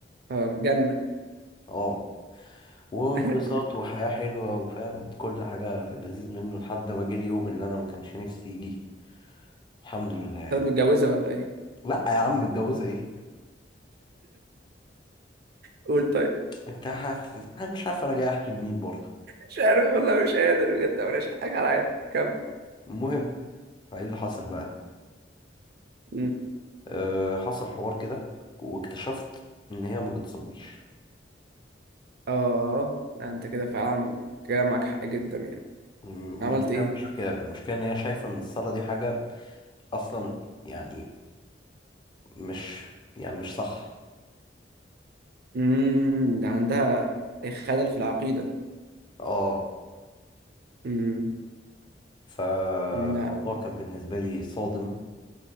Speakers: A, on the right (about 55°); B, on the left (about 25°).
A: اه جنة
B: اه وانبساط
A: <laughs>
B: وحياة حلوة وفاهم كل حاجة في اللذيذ منه لحد ما جه اليوم اللي انا ما كانش نفسي يجي الحمد لله
A: طب متجوزة ولا ايه
B: لا يا عم متجوزة ايه
A: قول طيب
B: انت حت... أنا مش عارف انا جاي احكي لمين برضه
A: مش عارف والله مش قادر بجد مفيش حاجة عليا كمل
B: المهم فايه اللي حصل بقى
A: أمم.
B: أه حصل حوار كده واكتشفت ان هي ما بتصليش
A: اه لا انت كده فعلا كده معاك حق جدا يعني
B: م-
A: عملت
B: المشكلة
A: ايه
B: مش في كده المشكلة ان هي شايفة ان الصلاة دي حاجة اصلا يعني مش يعني مش صح
A: امم ده عندها خلل في العقيدة
B: اه
A: امم
B: فالموضوع
A: لا
B: كان بالنسبه لي صادم